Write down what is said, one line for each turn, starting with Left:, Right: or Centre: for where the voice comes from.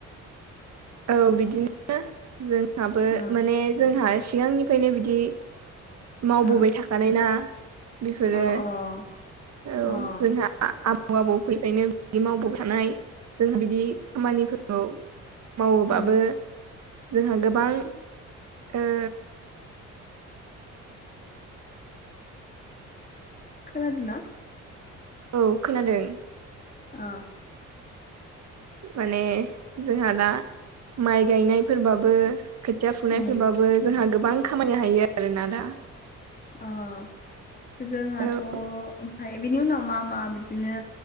Right: औ बिदिनो जोंहाबो
Left: अ
Right: माने जोंहा सिगांनिफ्रायनो बिदि मावबोबाय
Left: अ
Right: थाखानाय ना बिफोरो
Left: अ अ
Right: औ
Left: अ ओ
Right: जोंहा आबौ आबौ फोरनिफायनो बि मावबोखानाय जोंहा बिदि खामानिफोरखौ मावोबाबो
Left: उम
Right: जोंहा गोबां‌ ओ
Left: खोनादों ना?
Right: औ खोनादों
Left: अ
Right: माने जोंहा दा माइ गायनायफोरबाबो खोथिया फुनायफोरबाबो
Left: उम
Right: जोंहा गोबां खामानिनो हायो आरोना दा
Left: अ जोंहाथ'
Right: औ
Left: ओमफ्राय बिनि उनाव मा मा बिदिनो